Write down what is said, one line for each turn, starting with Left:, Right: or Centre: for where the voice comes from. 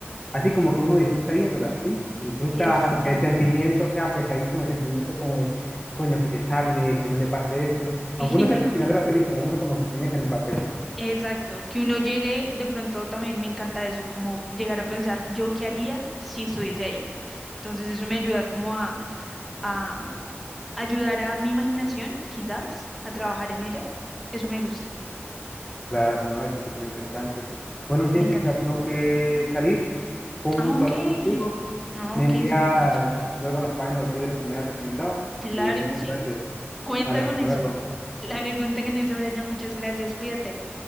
Left: Así como que uno disfruta viéndolas, ¿sí? Disfruta
Centre: exacto.
Left: aunque el sentimiento sea pesadísimo, el sentimiento como de, coño, que se salve, que no le pase esto.
Centre: <laughs>
Left: Aunque uno sepa al final de la película, uno como que se mete en el papel.
Centre: Exacto, que uno llegue, de pronto también me encanta eso, como llegar a pensar yo qué haría si estuviese ahí. Entonces eso me ayuda como a, a ayudar a mi imaginación, quizás, a trabajar en ella. Eso me gusta,
Left: Claro, no, está súper interesante. Bueno, Jessica,
Centre: me encanta.
Left: tengo que salir. Fue un
Centre: Ah,
Left: gusto
Centre: ok.
Left: hablar contigo.
Centre: No,
Left: Me
Centre: ok,
Left: envías
Centre: súper parecido.
Left: luego las páginas, los libros que me has recomendado.
Centre: Claro
Left: Y muchas
Centre: que sí.
Left: gracias.
Centre: Cuenta
Left: Dale,
Centre: con
Left: hasta
Centre: eso.
Left: luego.
Centre: Claro, cuenta con eso, Brian. Muchas gracias. Cuídate.